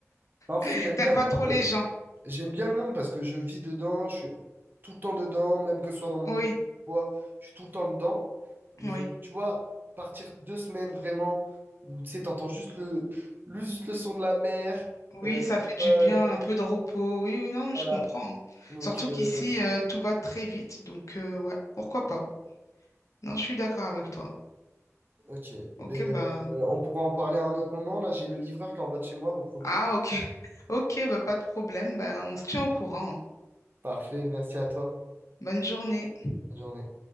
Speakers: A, on the right; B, on the left.
A: Bah, En fait,
B: <laughs>
A: j'aime
B: T'aimes
A: bien
B: pas
A: le monde.
B: trop les gens.
A: J'aime bien le monde parce que je vis dedans, je suis tout le temps dedans, même que ce soit dans mon
B: Oui,
A: boulot ou quoi, je suis tout le temps dedans. Mais
B: oui.
A: tu vois, partir deux semaines vraiment, où tu sais, t'entends juste le, le- juste le son de la mer.
B: Oui,
A: euh,
B: ça fait du
A: ouais,
B: bien, un peu de repos. Oui, oui, non,
A: voilà.
B: je comprends.
A: Donc,
B: Surtout qu'ici,
A: euh,
B: euh, tout va très vite. Donc, euh, ouais, pourquoi pas? Non, je suis d'accord avec toi.
A: ok. Ben,
B: Ok, bah.
A: euh, on pourra en parler à un autre moment. Là, j'ai le livreur qui est en bas de chez moi, donc faut vite.
B: Ah, ok. <laughs> Ok, bah, pas de problème. Bah, on se tient au courant. hein.
A: Parfait, merci à toi.
B: Bonne journée.
A: Bonne journée.